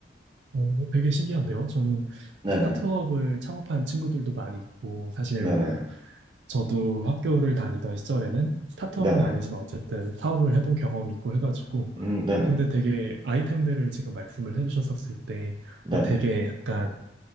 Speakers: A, on the right; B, on the right.
A: 어, 뭐 되게 신기한데요? 저는
B: 네네.
A: 뭐 스타트업을 창업한 친구들도 많이 있고, 사실
B: 네네.
A: 뭐, 저도 학교를 다니던 시절에는 스타트업은
B: 네네.
A: 아니지만 어쨌든 사업을 해본 경험이 있고 해가지고,
B: 음, 네네.
A: 어, 근데 되게 아이템들을 지금 말씀을 해주셨었을 때,
B: 네네.
A: 어, 되게 약간,